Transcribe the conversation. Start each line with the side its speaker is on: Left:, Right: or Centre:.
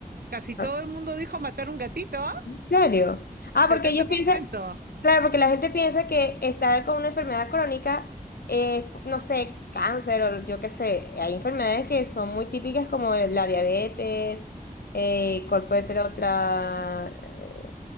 Right: casi todo
Left: Ah,
Right: el mundo dijo matar un gatito, ¿ah?
Left: ¿En serio? Ah, porque
Right: setenta
Left: ellos piensan,
Right: por ciento.
Left: claro, porque la gente piensa que estar con una enfermedad crónica es, no sé, cáncer o yo qué sé. Hay enfermedades que son muy típicas como la diabetes, eh, ¿cuál puede ser otra? Eh,